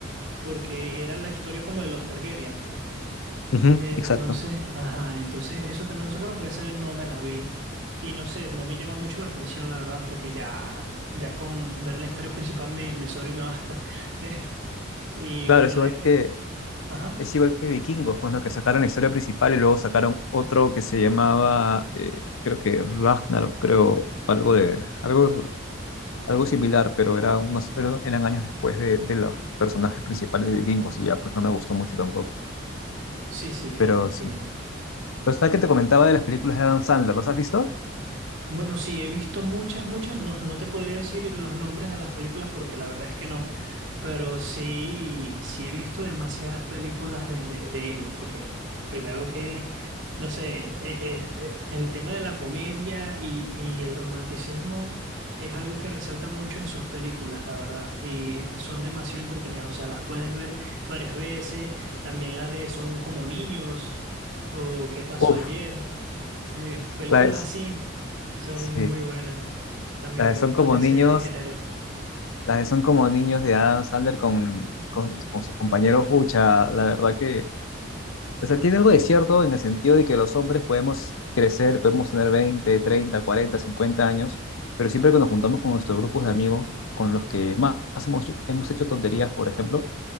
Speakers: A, on the right; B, on the left.
A: porque era la historia como de los Targaryen.
B: Ujú,
A: Entonces,
B: exacto.
A: ajá, entonces eso también lo sacaron, pero esa yo no me la vi. Y no sé, no me llama mucho la atención, la verdad, porque ya, ya con ver la historia principal me, me sobra y me basta. <laughs> Y
B: Claro,
A: bueno,
B: es igual
A: eh,
B: que
A: ajá,
B: Es igual que Vikingos, bueno, que sacaron la historia principal y luego sacaron otro que se llamaba, eh, creo que Ragnarok, creo, algo de, algo, algo similar, pero era unos, pero eran años después de, de los personajes principales de Vikingos y ya, pues no me gustó mucho tampoco.
A: sí, sí,
B: Pero
A: entiendo.
B: sí. Lo que te comentaba de las películas de Adam Sandler, ¿los has visto?
A: Bueno, sí, he visto muchas, muchas. No, no te podría decir los nombres de las películas porque la verdad es que no, pero sí, sí he visto demasiadas películas de, de, de él, porque primero que, no sé, eh, eh, eh, el tema de la comedia y, y el romanticismo es algo que resalta mucho en sus películas, la verdad, y son demasiado entretenidas, o sea, las puedes ver varias veces, también la de Son como niños o ¿Qué pasó
B: Uf,
A: ayer? Eh, películas
B: la es,
A: así son
B: sí,
A: muy buenas. También
B: la
A: me
B: de son
A: gustan
B: como
A: de ese
B: niños,
A: género. <laughs>
B: las de son como niños de Adam Sandler con, con, con sus compañeros, pucha, la verdad que O sea, tiene algo de cierto en el sentido de que los hombres podemos crecer, podemos tener 20 30 40 50 años, pero siempre que nos juntamos con nuestros grupos de amigos, con los que más hemos, hemos hecho tonterías, por ejemplo,